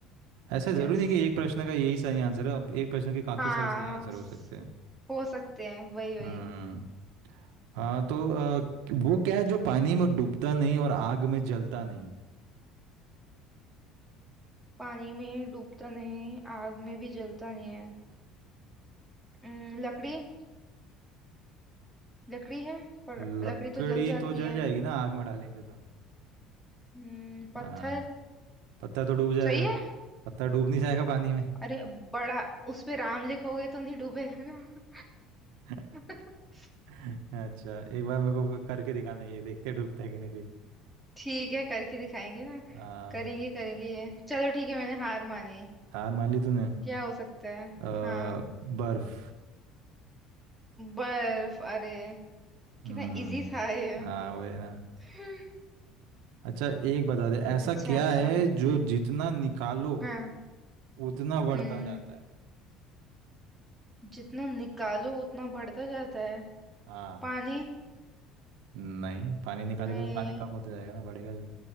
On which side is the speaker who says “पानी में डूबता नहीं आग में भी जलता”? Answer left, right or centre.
Centre